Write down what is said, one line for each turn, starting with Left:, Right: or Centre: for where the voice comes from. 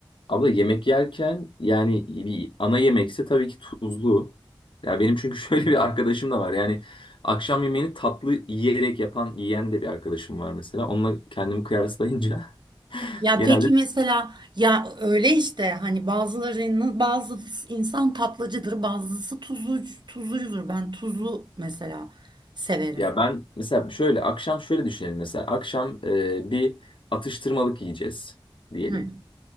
Left: Abla yemek yerken yani bir ana yemekse tabii ki tuzlu. Ya benim çünkü <laughs> şöyle bir arkadaşım da var. Yani akşam yemeğini tatlı yiyerek yapan, yiyen de bir arkadaşım var mesela. Onunla kendimi kıyaslayınca <laughs>
Right: Ya
Left: genelde
Right: peki mesela ya öyle işte hani bazılarının bazı insan tatlıcıdır, bazısı tuzlu tuzlucudur. Ben tuzlu mesela severim.
Left: ya ben mesela şöyle akşam şöyle düşünelim mesela. Akşam e, bir atıştırmalık yiyeceğiz diyelim.
Right: Hı